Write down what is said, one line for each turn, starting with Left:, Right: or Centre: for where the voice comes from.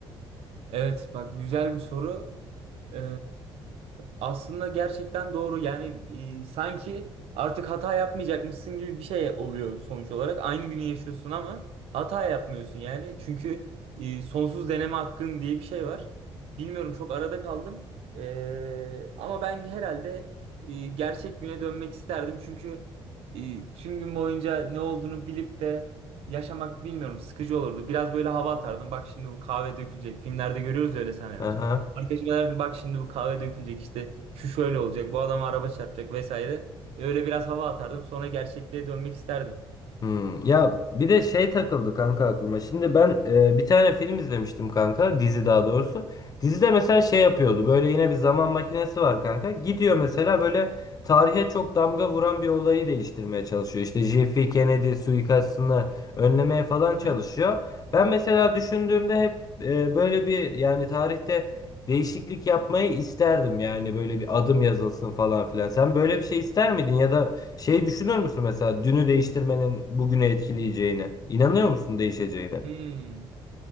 Right: Evet bak güzel bir soru. Ee, aslında gerçekten doğru. Yani e, sanki artık hata yapmayacakmışsın gibi bir şey oluyor sonuç olarak. Aynı günü yaşıyorsun ama hata yapmıyorsun yani. Çünkü e, sonsuz deneme hakkın diye bir şey var. Bilmiyorum çok arada kaldım. Ee, ama ben herhalde e, gerçek güne dönmek isterdim. Çünkü e, tüm gün boyunca ne olduğunu bilip de yaşamak bilmiyorum sıkıcı olurdu. Biraz böyle hava atardım. Bak şimdi bu kahve dökülecek. Filmlerde görüyoruz öyle sahneler.
Left: Aha.
Right: Arkadaşıma derdim bak şimdi bu kahve dökülecek işte şu şöyle olacak bu adama araba çarpacak vesaire. Öyle biraz hava atardım sonra gerçekliğe dönmek isterdim.
Left: Hmm, ya bir de şey takıldı kanka aklıma. Şimdi ben e, bir tane film izlemiştim kanka. Dizi daha doğrusu. Dizide mesela şey yapıyordu. Böyle yine bir zaman makinesi var kanka. Gidiyor mesela böyle tarihe çok damga vuran bir olayı değiştirmeye çalışıyor. İşte JFK Kennedy suikastını önlemeye falan
Right: Hı hı.
Left: çalışıyor. Ben mesela düşündüğümde hep e, böyle bir yani tarihte değişiklik yapmayı isterdim. Yani böyle bir adım yazılsın falan filan. Sen böyle bir şey ister miydin ya da şey düşünür müsün mesela dünü değiştirmenin bugünü etkileyeceğini İnanıyor musun değişeceğine?
Right: Hmm.